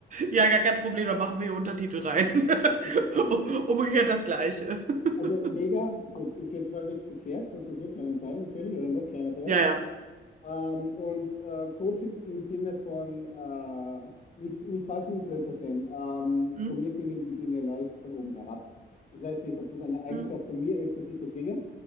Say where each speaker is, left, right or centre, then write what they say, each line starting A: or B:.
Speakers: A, on the right; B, on the left.
A: Ja, gar kein Problem, da machen wir hier Untertitel rein.
B: Und den Titel
A: <laughs>
B: einblenden.
A: Umgekehrt das Gleiche. <laughs>
B: Also mega, gut, ist jetzt halbwegs geklärt, so zu so kleinem Teil natürlich, oder noch kleiner vielleicht.
A: Ja, ja.
B: Ähm, und äh, Coach im, im Sinne von äh, nicht, nicht falsch und nicht blöd verstehen. Ähm,
A: Hm,
B: von mir klingen die Dinge leicht von oben herab. Ich weiß nicht, ob das eine Eigenschaft
A: hm,
B: von mir ist, dass ich so klinge.